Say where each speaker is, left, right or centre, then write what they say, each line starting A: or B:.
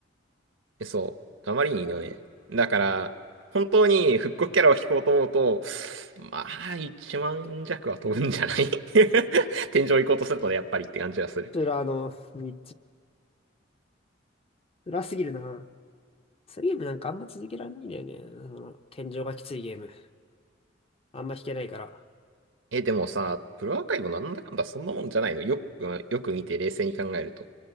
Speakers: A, on the right; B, on the left.
A: そう。あまりにいいのね。だから、本当に復刻キャラを引こうと思うと、まあ、一万弱は飛ぶんじゃない
B: こ
A: <laughs> 天井行こうとするとね、やっぱりって感じがする。
B: ちら、あの、道、辛すぎるな。そリゲームなんかあんま続けられないんだよね。その、天井がきついゲーム。あんま弾けないから。
A: え、でもさ、プロアーカイブなんだかんだそんなもんじゃないのよく、よく見て冷静に考えると。